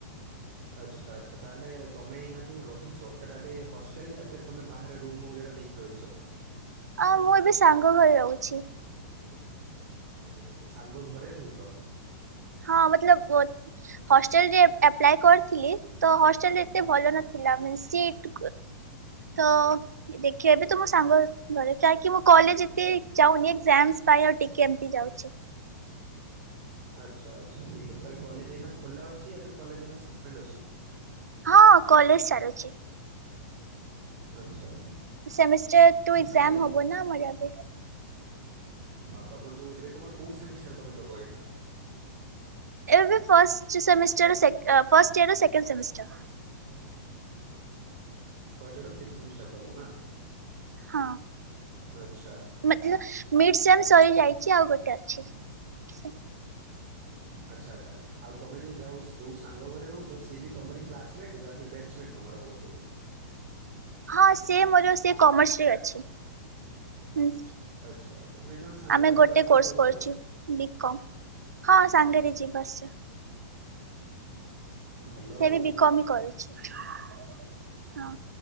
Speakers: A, on the right; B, on the right.
A: ଆଚ୍ଛା ଆଚ୍ଛା ତାହେଲେ ତମେ ଏଇନା ଯୋଉଁ ରହିଛ ସେଟା ଏବେ ହଷ୍ଟେଲ ଅଫେରେ ବାହାରେ ରୁମ ବାଗେର ନେଇକି ରହିଛ।
B: ଆଉ ମୁଁ ଏବେ ସାଙ୍ଗ ଘରେ ରହୁଛି।
A: <inaudible> ସାଙ୍ଗ ଘରେ ରହୁଚ?
B: ହଁ ମତଲବ ହଷ୍ଟେଲ ରେ ଆପ୍ଲାୟେ କରିଥିଲି ତ ହଷ୍ଟେଲ ରେ ଏତେ ଭଲ ନଥିଲା ମିନସ୍ ସିଟ୍ ତ ଦେଖିବା ବି ତ ମୋ ସାଙ୍ଗ ଘରେ କାହିଁକି ମୁଁ କଲେଜ ଏତେ ଯାଉନି ଏଜାମ ପାଇଁ ଆଉ ଟିକେ ଏମତି ଯାଉଛି।
A: ଆଚ୍ଛା ଆଛା ଠିକ୍ ଅଛି ତାହାଲେ କଲେଜ ଏଇନା ଖୋଲା ଅଛି ନା କଲେଜ ନା ସସ୍ପେଣ୍ଡ ଅଛି।
B: ହଁ କଲେଜ ଚାଲୁଛି।
A: ଆଚ୍ଛା
B: ସେମିଷ୍ଟାର ଟୁ ଏକ୍ଜାମ
A: ତାହାଲେ
B: ହବ ନା ଆମର ଏବେ
A: ହଁ ତମର ଯୋଉ ଏବେ ତମର କୋଉ ସେମିଷ୍ଟାର ତମେ ଦବ ଏଇନା?
B: ଏବେ ଫାଷ୍ଟ ସେମିଷ୍ଟାର ସେ ଫାଷ୍ଟ ଇୟର ର ସେକଣ୍ଡ ସେମିଷ୍ଟାର।
A: ଫାଷ୍ଟ ଏୟାର ଥି ସେମିଷ୍ଟାର ଦେବ ନା?
B: ହଁ
A: ଆଚ୍ଛା
B: ମ ମିଡ ସେମ ସରି ଯାଇଛି ଆଉ ଗୋଟେ ଅଛି। ସେ
A: ଆଛା ଆଛା। ଆଉ ତମେ ଯଉ ଯାଉ ଯୋଉ ସାଙ୍ଗ ଘରେ ରହୁଛ ସିଏ ବି ତମର କ୍ଲାସମେଟ୍ ବେଞ୍ଚମେଟ୍ ତମର ହବ ସେ?
B: ହଁ ସେ ମୋର ସେ କମର୍ସ ରେ ଅଛି।
A: ଆଚ୍ଛା ତ ଦୁଇ ଜଣ ସାଙ୍ଗରେ
B: ଆମେ
A: ଯିବା
B: ଗୋଟେ
A: ଆସିବା
B: କୋର୍ସ
A: କରୁଛ
B: କରୁଛୁ
A: ଆଉ
B: ବିକମ୍। ହଁ ସାଙ୍ଗରେ ଯିବା ଆସିଵା।
A: <inaudible>
B: ସେ
A: ଆଉ
B: ବି ବିକମି କରୁଛି ହଁ।